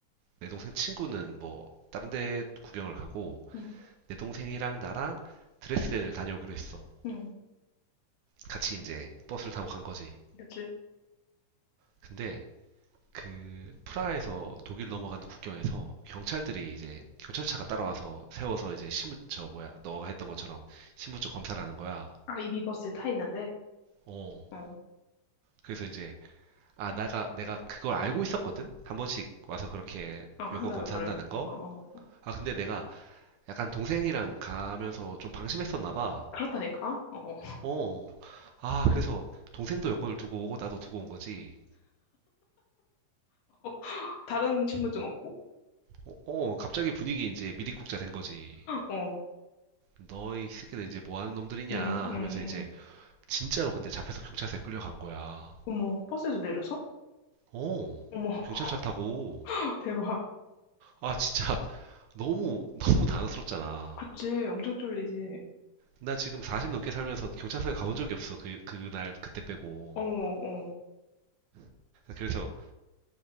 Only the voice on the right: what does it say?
내 동생 친구는 뭐 다른 데 구경을 가고
내 동생이랑 나랑 드레스덴을 다녀오기로 했어.
같이 이제 버스를 타고 간 거지.
근데 그 프라하에서 독일 넘어가는 국경에서 경찰들이 이제 경찰차가 따라와서 세워서 이제 신분 저 뭐야 너가 했던 것처럼 신분증 검사를 하는 거야.
어.
그래서 이제 아, 내가, 내가 그걸 알고 있었거든? 한 번씩 와서 그렇게
여권
검사한다는
거?
아, 근데 내가 약간 동생이랑 가면서 좀 방심했었나 봐.
어. 아, 그래서 동생도 여권을 두고 오고 나도 두고 온 거지.
어, 어, 갑자기 분위기 이제 미리국자 된 거지.
너희 새끼들 이제 뭐 하는 놈들이냐
하면서
이제
진짜로 근데 잡혀서 경찰서에 끌려간 거야.
어.
경찰차 타고.
아, 진짜 너무, 너무 당황스럽잖아.
나 지금 40 넘게 살면서 경찰서에 가본 적이 없어. 그, 그날, 그때 빼고.
그래서